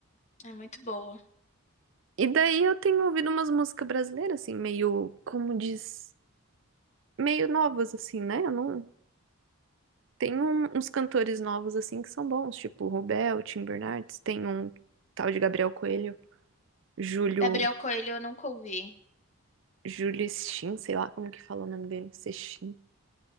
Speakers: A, on the left (about 30°); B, on the right (about 55°).
A: É muito boa.
B: E daí eu tenho ouvido umas músicas brasileiras, assim, meio, como diz, meio novas, assim, né? Eu não. Tem um- uns cantores novos, assim, que são bons, tipo o Rubel, Tim Bernardes, tem um tal de Gabriel Coelho, Júlio.
A: Gabriel Coelho eu nunca ouvi.
B: Julius Shin, sei lá como que fala o nome dele, Sexin.